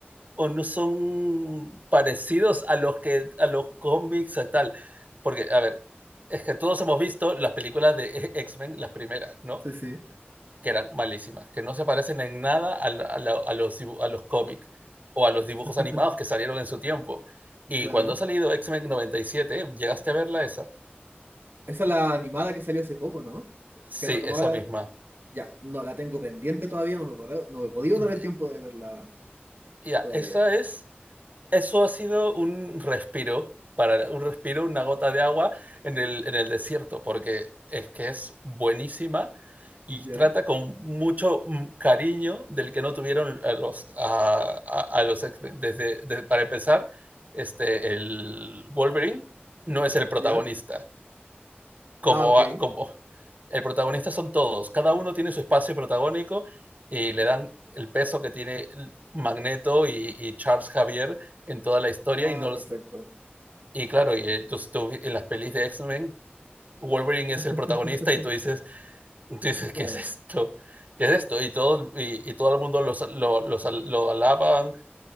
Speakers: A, on the right; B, on the right.
A: o no son parecidos a los que a los cómics a tal, porque a ver, es que todos hemos visto las películas de <laughs> X-Men, las primeras, ¿no?
B: Sí, sí,
A: Que eran malísimas, que no se parecen en nada a, la, a, la, a los, a los cómics o a los dibujos
B: <laughs>
A: animados que salieron en su tiempo. Y
B: claro.
A: cuando ha salido X-Men noventa y siete ¿llegaste a verla esa?
B: Esa es la animada que salió hace poco, ¿no?
A: Sí,
B: Que retomaba
A: esa
B: la...
A: misma.
B: Ya, no, la tengo pendiente todavía, no me, he podido- no me he podido
A: Ya,
B: dar el tiempo de verla
A: yeah,
B: todavía.
A: esa es Eso ha sido un respiro, para, un respiro, una gota de agua en el, en el desierto, porque es que es buenísima y
B: ¿Ya?
A: trata con mucho mm, cariño del que no tuvieron a los, a, a, a los desde, desde, para empezar, este, el Wolverine no es el protagonista
B: ¿Ya?
A: como,
B: Ah, ok.
A: como el protagonista son todos, cada uno tiene su espacio protagónico y le dan el peso que tiene Magneto y, y Charles Javier en toda la historia
B: Ah,
A: y no
B: perfecto.
A: y claro, y eh, tú, tú, en las pelis de X-Men Wolverine es
B: <laughs>
A: el protagonista y tú dices, tú dices ¿qué
B: Claro,
A: es esto? ¿Qué es esto? Y, todos, y, y todo el mundo los, los, los, lo alaban